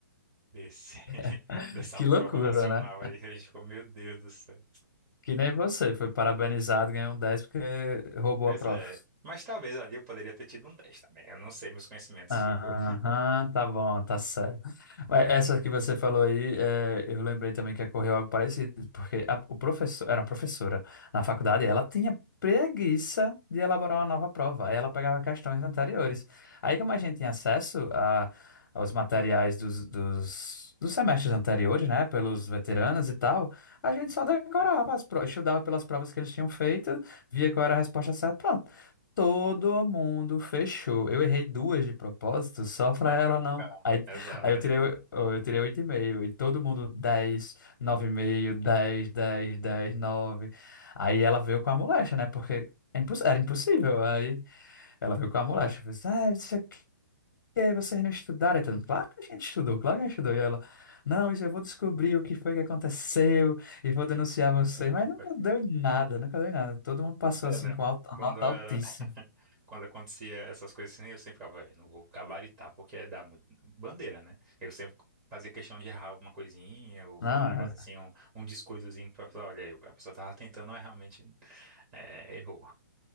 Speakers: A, on the right; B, on the left.
A: desse, <laughs>
B: <laughs>
A: dessa
B: que
A: prova
B: loucura,
A: nacional
B: né?
A: aí. A gente ficou, meu Deus do céu.
B: Que nem você, foi parabenizado, ganhou um 10 porque roubou
A: Pois
B: a prova.
A: é. Mas talvez ali eu poderia ter tido um 10 também. Eu não sei, meus conhecimentos
B: Aham,
A: ficou.
B: tá bom, tá certo. Mas essa que você falou aí, é, eu lembrei também que ocorreu algo parecido, porque a, o professor, era uma professora na faculdade, ela tinha preguiça de elaborar uma nova prova, aí ela pegava questões anteriores. Aí, como a gente tinha acesso a, aos materiais dos, dos, dos semestres anteriores, né, pelos
A: Hum,
B: veteranos e tal, a gente só decorava
A: é.
B: as provas, estudava pelas provas que eles tinham feito, via qual era a resposta certa, pronto. Todo mundo fechou. Eu errei duas de propósito, só pra
A: Ah, é pra
B: ela
A: não
B: não.
A: ficar.
B: Aí,
A: Exato.
B: aí eu
A: É,
B: tirei, o- oh, eu tirei oito e meio, e todo mundo dez nove e meio, dez dez dez nove Aí ela veio com a molecha, né? Porque é imposs- era impossível. Aí ela veio com a molecha. Falei, assim, ah, não sei o que, vocês não estudaram. Aí todo mundo, claro que a gente estudou, claro que a gente estudou. E ela, não, isso eu vou descobrir o que foi que aconteceu e vou denunciar vocês.
A: <laughs>
B: Mas nunca deu em nada, nunca deu em nada. Todo mundo passou
A: É,
B: assim
A: né?
B: com alta-
A: Quando
B: nota
A: eu
B: altíssima.
A: era. <laughs> Quando acontecia essas coisas assim, eu sempre ficava, "Olha, não vou gabaritar, porque dá muito bandeira, né? Eu sempre fazia questão de errar alguma coisinha, ou
B: Não,
A: fazer um negócio
B: é.
A: assim, um, um descuidozinho pra falar, olha aí, a pessoa tava tentando, mas realmente é, errou.